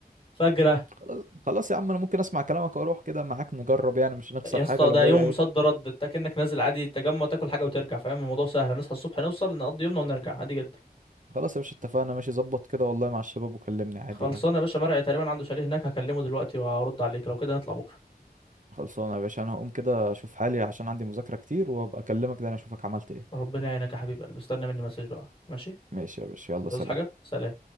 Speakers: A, on the left (about 35°); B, on the right (about 50°).
A: فجره
B: خلاص خلاص يا عم انا ممكن اسمع كلامك واروح كده معاك نجرب يعني مش هنخسر
A: يا اسطى
B: حاجه لو
A: ده يوم
B: هي ايه
A: صد رد انت كأنك نازل عادي تجمع تاكل حاجه وترجع فاهم الموضوع سهل نصحى الصبح نوصل نقضي يومنا ونرجع عادي جدا
B: خلاص يا باشا اتفقنا ماشي ظبط كده والله مع الشباب وكلمني عادي
A: خلصانه
B: يعني
A: يا باشا مرعي تقريبا عنده شاليه هناك هكلمه دلوقتي وهرد عليك لو كده نطلع بكره
B: خلصانه يا باشا انا هقوم كده اشوف حالي عشان عندي مذاكره كتير وابقى اكلمك ده انا اشوفك عملت ايه
A: ربنا يعينك يا حبيبي قلبي استنى مني مسج بقى ماشي
B: ماشي يا باشا يلا
A: هتعوز
B: سلام
A: حاجه سلام